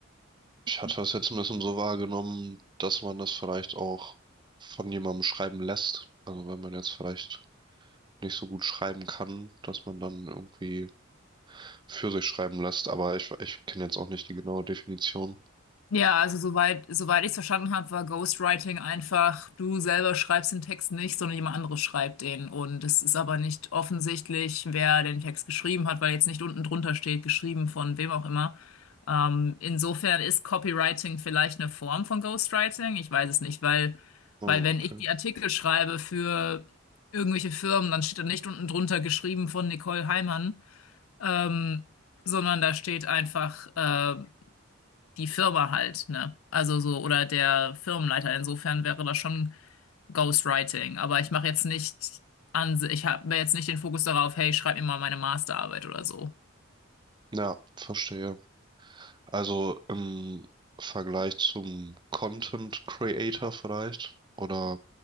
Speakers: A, on the right; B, on the left.
A: Ich hatte das jetzt ein bisschen so wahrgenommen, dass man das vielleicht auch von jemandem schreiben lässt. Also wenn man jetzt vielleicht nicht so gut schreiben kann, dass man dann irgendwie für sich schreiben lässt, aber ich, ich kenne jetzt auch nicht die genaue Definition.
B: Ja, also soweit, soweit ich es verstanden habe, war Ghostwriting einfach, du selber schreibst den Text nicht, sondern jemand anderes schreibt den. Und es ist aber nicht offensichtlich, wer den Text geschrieben hat, weil jetzt nicht unten drunter steht, geschrieben von wem auch immer. Ähm, insofern ist Copywriting vielleicht eine Form von Ghostwriting. Ich weiß es nicht, weil,
A: Ah,
B: weil wenn
A: okay.
B: ich die Artikel schreibe für irgendwelche Firmen, dann steht da nicht unten drunter geschrieben von Nicole Heimann, ähm, sondern da steht einfach, äh, die Firma halt, ne? Also so, oder der Firmenleiter. Insofern wäre das schon Ghostwriting. Aber ich mache jetzt nicht an, ich habe jetzt nicht den Fokus darauf, hey, schreib mir mal meine Masterarbeit oder so.
A: Ja, verstehe. Also im Vergleich zum Content Creator vielleicht oder